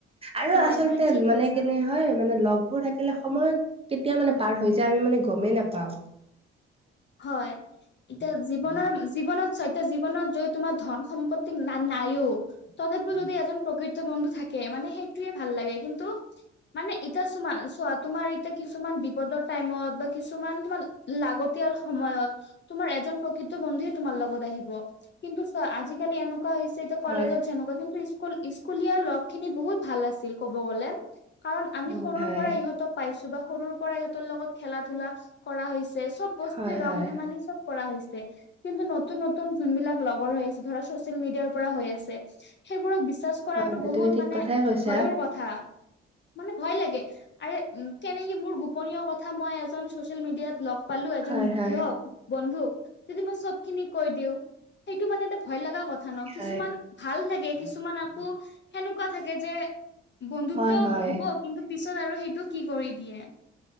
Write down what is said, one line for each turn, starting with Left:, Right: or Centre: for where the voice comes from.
Right: আৰু
Left: হয়
Right: আচলতে
Left: হয় ঠিক
Right: মানে
Left: কৈছা
Right: কেনে হয় মানে লগ বোৰ থাকিলে সময় কেতিয়া মানে পাৰ হৈ যায় আমি মানে গমেই নাপাওঁ৷
Left: হয়, এতিয়া জীৱনৰ জীৱনত চৈত জীৱনত যদি তোমাৰ ধন সম্পত্তি না-নাইও তথাপিও যদি এজন প্ৰকৃত বন্ধু থাকে মানে সেইটোৱেই ভাল লাগে, কিন্তু মানে এতিয়া চোমা চোৱা তোমাৰ এতিয়া কিছুমান বিপদৰ টাইমত বা কিছুমান তোমাৰ লাগত তিয়াল সময়ত তোমাৰ এজন প্ৰকৃত বন্ধুৱে তোমাৰ লগত আহিব, কিন্তু চোৱা আজিকালি এনেকুৱা হৈছে কলেজত
Right: হয়
Left: যেনেকুৱা, কিন্তু স্কুল স্কুলীয়া লগখিনি বহুত ভাল আছিল ক'ব গ'লে৷ কাৰণ আমি
Right: হয়
Left: সৰুৰপৰা
Right: হয়
Left: ইহঁতক পাইছোঁ বা সৰুৰপৰা ইহঁতৰ লগত খেলা ধূলা কৰা হৈছে৷ <unintelligible>
Right: হয়
Left: ৰং
Right: হয়
Left: ধেমালি চব কৰা হৈছে, কিন্তু নতুন নতুন যোনবিলাক লগৰ হৈ আছে ধৰা চোচ <unintelligible> মেডিয়াৰপৰা হৈ আছে, সেইবোৰক বিশ্বাস কৰাটো
Right: হয় হয়,
Left: বহুত
Right: তুমি ঠিক
Left: মানে
Right: কথাই কৈছা
Left: ভয়ৰ ক কথা, মানে ভয় লাগে। আৰে, উম কেনেকে মোৰ গোপনীয় কথা মই এজন চচিয়েল মিডিয়াত লগ পালোঁ এজন
Right: হয় হয়
Left: কিহক বন্ধুক যদি মই চবখিনি কৈ দিওঁ, সেইটো মানে এটা ভয় লগা কথা। কথা ন, কিছুমান
Right: হয়
Left: ভাল লাগে, কিছুমান আকৌ সেনেকুৱা থাকে যে, বন্ধুত্ব
Right: হয় হয়
Left: হ'ব, কিন্তু পিছত আৰু সেইটো কি কৰি দিয়ে।